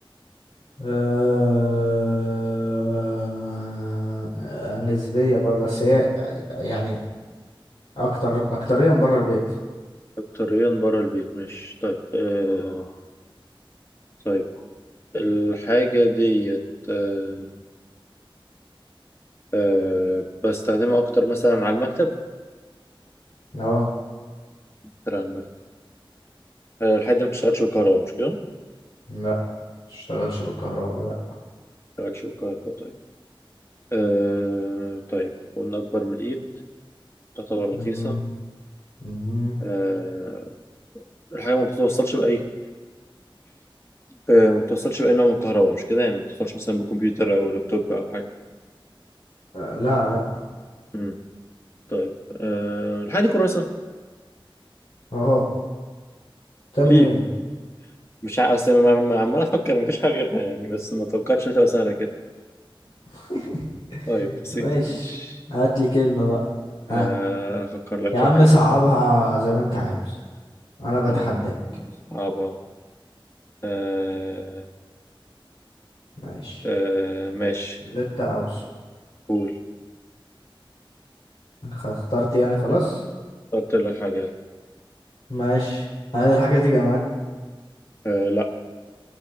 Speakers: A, on the left; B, on the left.
A: آه، آه، نسبية بقى بس هي يعني اكتر اكتريا برا البيت
B: أكتريا بره البيت مش طيب آه، طيب الحاجة ديت آه، آه، بستخدمها أكتر مثلا على المكتب
A: اه
B: أكتر على المكتب آه، الحاجة دي ما بتشتغلش بالكهرباء مش كده؟
A: لا متشتغلش بالكهرباء لا
B: ما بتشتغلش بالكهرباء طيب آه، طيب قلنا أكبر من الإيد تعتبر
A: مم.
B: رخيصة
A: مم.
B: آه، الحاجة ما بتوصلش بأي آه، ما بتوصلش بأي نوع من الكهرباء مش كده؟ يعني ما بتوصلش مثلا بكمبيوتر أو لابتوب أو حاجة
A: آه، لا لا
B: مم. طيب آه، الحاجة دي كراسة؟
A: اهو ده منين
B: إيه مش ع- أصل أنا عمال أفكر مفيش حاجة غيرها يعني بس ما توقعتش إنها تبقى سهلة كده
A: <laughs>
B: طيب بسيطة
A: ماشي
B: ماشي
A: هات لي كلمة بقى ها
B: آه، أفكر لك
A: يا
B: في
A: عم
B: حاجة
A: صعبها زي ما انت عاوز انا بتحداك
B: طيب صعبة أه
A: ماشي
B: أه ماشي
A: اللي انت عاوزه
B: قول
A: خ- اخترت يعني خلاص
B: قلت لك حاجة يلا.
A: ماشي هل الحاجة دي جماد
B: أه لا